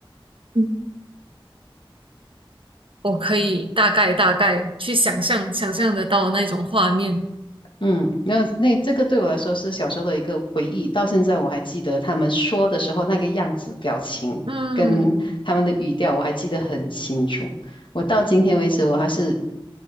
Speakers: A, on the right (about 70°); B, on the left (about 60°).
A: 嗯我可以大概大概去想象想象得到那种画面。
B: 嗯，那那这个对我来说是小时候的一个回忆，到现在我还记得他们说的时候那个样子、表情跟他们的语调，
A: 嗯
B: 我还记得很清楚。我到今天为止，我还是